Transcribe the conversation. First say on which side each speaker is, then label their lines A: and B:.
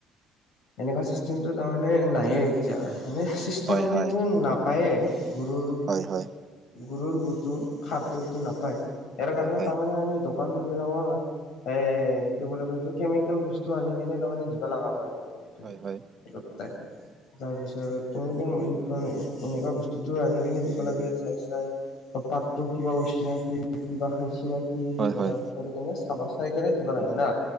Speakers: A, on the left (about 65°); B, on the right (about 30°).
A: এনেকুৱা চিষ্টেমটো তাৰমানে নাইয়ে এতিয়া। মানে চিষ্টেম
B: হয়
A: এনেইতো
B: হয়
A: নাপায়ে গৰুৰ
B: হয় হয়
A: গৰুৰ গুটো খাৰটোটো নাপায় সাৰ কাৰণে
B: নাপায়
A: তাৰমানে আমি দোকান বিলাকৰ এ কি বুলি কয় এইটো কেমিকেল বস্তু আনি কেনে তাৰমানে দিব লগা হয় তাৰে এইটো।
B: হয় হয়
A: ত তাৰ পিছত তেনেকে এনেকুৱা বস্তুতটো আনি কেনে দিব লাগে চাই চাই। পাতো কিবা উছি নাকি কিবা খাইছ নি কি
B: হয়
A: সেনেৱা
B: হয়
A: কৰি কেনে চাবা চাই কেনে দিব লাগে
B: উম উম
A: না।